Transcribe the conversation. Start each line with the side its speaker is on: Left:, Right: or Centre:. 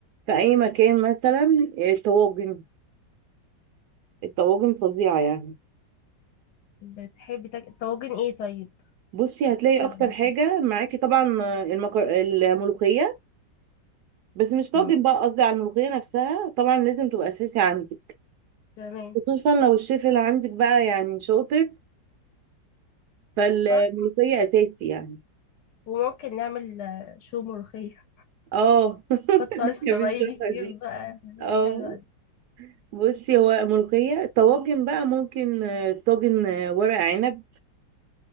Right: في اي مكان مثلا آه، الطواجن الطواجن فظيعه يعني
Left: بتحبي تاك... طواجن ايه طيب
Right: بصي هتلاقي
Left: طواجن
Right: اكتر
Left: إيه؟
Right: حاجه معاكي طبعا آه، المكر... الملوخيه بس مش طاجن
Left: مم.
Right: بقى قصدي على الملوخيه نفسها طبعا لازم تبقى اساسي عندك
Left: تمام
Right: خصوصا لو الشيف اللي عندك بقى يعني شاطر فالملوخية
Left: خلاص
Right: أساسي يعني
Left: وممكن نعمل آه، شو ملوخيه
Right: اه <laughs>
Left: الطشه
Right: اللي احنا بنشوفها
Left: بقى يجي الصيف
Right: دي
Left: بقى
Right: اه
Left: حلوه دي.
Right: بصي هو ملوخية الطواجن بقى ممكن آه، طاجن آه، ورق عنب